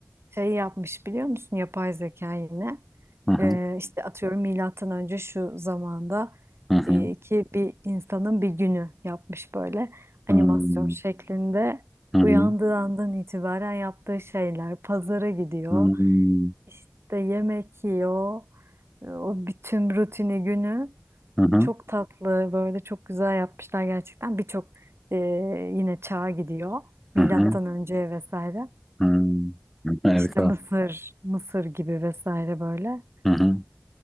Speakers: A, on the right (about 70°); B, in the centre.
A: şey yapmış biliyor musun yapay zeka yine
B: Hı hı,
A: Ee, işte atıyorum milattan önce şu zamanda
B: hı hı,
A: e, ki bir insanın bir günü yapmış böyle
B: hı
A: animasyon
B: hı,
A: şeklinde
B: hı hı,
A: uyandığı andan itibaren yaptığı şeyler pazara gidiyor
B: hı
A: işte yemek yiyor E, o bütün rutini günü
B: hı,
A: çok tatlı böyle çok güzel yapmışlar gerçekten birçok e, yine çağa gidiyor milattan
B: hı hı,
A: önce vesaire.
B: hı hı. Harika.
A: İşte Mısır, Mısır gibi vesaire böyle.
B: Hı hı.